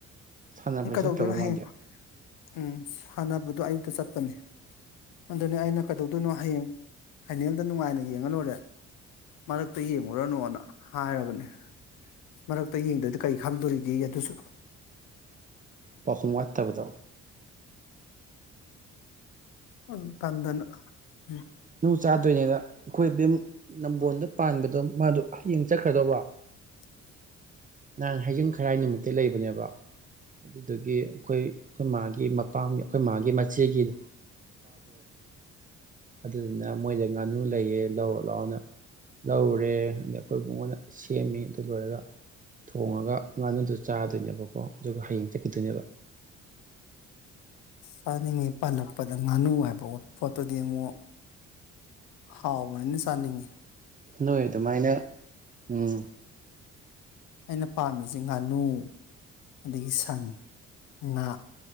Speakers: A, on the right; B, on the left.
A: ꯁꯥꯟꯅꯕꯩ
B: ꯀꯩꯗꯧꯗꯣꯏꯅꯣ
A: ꯆꯠꯇ꯭ꯔꯕ
B: ꯍꯌꯦꯡ
A: ꯃꯥꯗꯤ
B: ꯎꯝ ꯁꯥꯟꯅꯕꯗꯣ ꯑꯌꯨꯛꯇ ꯆꯠꯄꯅꯦ ꯑꯗꯨꯅꯦ ꯑꯩꯅ ꯀꯩꯗꯧꯗꯣꯏꯅꯣ ꯍꯌꯦꯡ ꯐꯥꯏꯅꯦꯜꯗ ꯅꯨꯡꯉꯥꯏꯅ ꯌꯦꯡꯉ ꯂꯣꯏꯨꯔꯦ ꯃꯔꯛꯇ ꯌꯦꯡꯉꯨꯔꯅꯨꯅ ꯍꯥꯏꯔꯕꯅꯤ ꯃꯔꯛꯇ ꯌꯦꯡꯗꯗꯤ ꯀꯔꯤ ꯈꯪꯗꯣꯔꯤꯒꯦ ꯑꯗꯨꯁꯨ
A: ꯄꯥꯎꯈꯨꯝ ꯋꯥꯠꯇꯕꯗꯣ
B: ꯎꯝ ꯀꯥꯟꯗꯅ ꯎꯝ
A: ꯆꯥꯗꯣꯏꯅꯤꯅ ꯑꯩꯈꯣꯏꯃꯨꯛ ꯅꯝꯕꯣꯣꯟꯗ ꯄꯥꯟꯕꯗꯣ ꯃꯥꯗꯣ ꯍꯌꯦꯡ ꯆꯠꯈ꯭ꯔꯗꯧꯕ
B: <inaudible>
A: ꯅꯍꯥꯟ ꯍꯖꯤꯡ ꯈꯔꯥꯏ ꯅꯨꯃꯤꯠꯇ ꯂꯩꯕꯅꯦꯕ ꯑꯗꯨꯗꯒꯤ ꯑꯩꯈꯣꯏ ꯑꯩꯈꯣꯏ ꯃꯥꯒꯤ ꯑꯄꯥꯝꯃꯤ ꯑꯩꯈꯣꯏ ꯃꯥꯒꯤ ꯃꯆꯦꯒꯤꯗ ꯑꯗꯨꯗꯨꯅ ꯃꯣꯏꯗ ꯉꯥꯅꯨ ꯂꯩꯌꯦꯦ ꯂꯑꯣ ꯂꯥꯛꯑꯣꯅ ꯂꯧꯔꯨꯔꯦ ꯑꯗ ꯑꯩꯈꯣꯏꯕꯨꯉꯣꯟꯗ ꯁꯦꯝꯃꯤ ꯑꯗꯨ ꯂꯣꯏꯔꯒ ꯊꯣꯡꯉꯒ ꯉꯥꯅꯨꯗꯨ ꯆꯥꯗꯣꯏꯅꯦꯕꯀꯣ ꯑꯗꯨꯒ ꯍꯌꯦꯡ ꯆꯠꯈꯤꯗꯣꯏꯅꯦꯕ
B: ꯆꯥꯅꯤꯡꯉꯤ ꯄꯜꯂꯛꯄꯗ ꯉꯥꯅꯨ ꯍꯥꯏꯕ ꯄꯣꯠꯇꯨꯗꯤ ꯑꯃꯨꯛ ꯍꯥꯎ ꯋꯥ ꯁꯥꯅꯤꯡꯦ
A: ꯅꯣꯏ ꯑꯗꯨꯃꯥꯏꯅ ꯎꯝ
B: ꯑꯩꯅ ꯄꯥꯝꯃꯤꯁꯤ ꯉꯥꯅꯨ ꯑꯗꯒꯤ ꯁꯟ ꯉꯥ